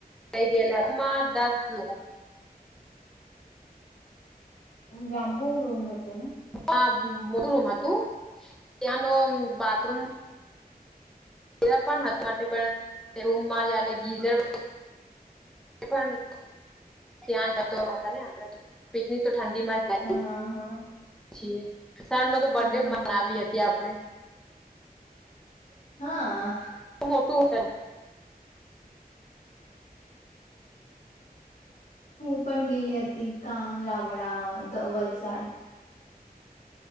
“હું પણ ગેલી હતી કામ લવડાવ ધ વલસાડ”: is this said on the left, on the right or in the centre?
Left